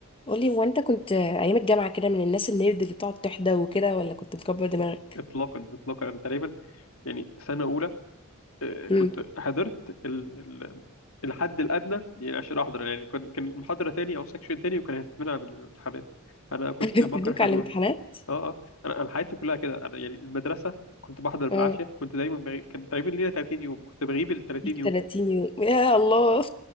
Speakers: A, on the left; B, on the left.
A: قولي هو انت كنت ايام الجامعه كده من الناس النيرد اللي بتقعد تحدى وكده ولا كنت مكبر دماغك
B: اطلاقا اطلاقا انا تقريبا يعني سنه اولى آه، كنت
A: امم
B: حضرت ال... ال... الحد الادنى يعني عشان احضر يعني كان كان محاضره تاني او سكشن تاني وكان هيتمنع من الامتحانات انا كنت
A: <laughs>
B: بكره
A: بيدوك
B: حضور
A: على الامتحانات
B: اه اه انا انا حياتي كلها كده انا يعني المدرسه كنت بحضر بالعافيه
A: اه
B: كنت دايما بغيب كان تقريبا لينا 30 يوم كنت بغيب ال 30 يوم
A: 30 يوم يا الله